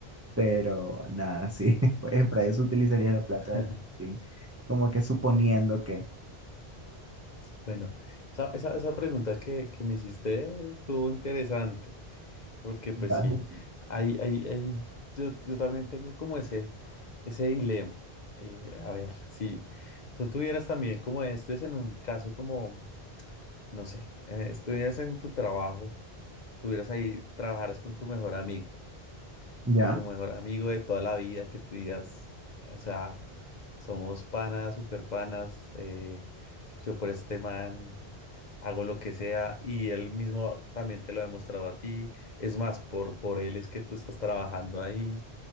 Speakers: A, on the right (about 20°); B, on the left (about 50°).
A: Pero nada, sí, <laughs> pues para eso utilizaría la plata
B: <laughs>
A: de sí, Como que suponiendo que.
B: Bueno, esa, esa, esa pregunta que, que me hiciste estuvo interesante. Porque pues
A: Ujú.
B: sí, hay, hay, hay, yo, yo también tengo como ese, ese dilema. Eh, a ver, si tú tuvieras también como esto es en un caso como, no sé, eh, estuvieras en tu trabajo, tuvieras ahí, trabajaras con tu mejor amigo
A: Ya,
B: y tu mejor amigo de toda la vida que te digas, o sea, somos panas, super panas, eh, yo por este man hago lo que sea y él mismo también te lo ha demostrado a ti. Es más, por, por él es que tú estás trabajando ahí.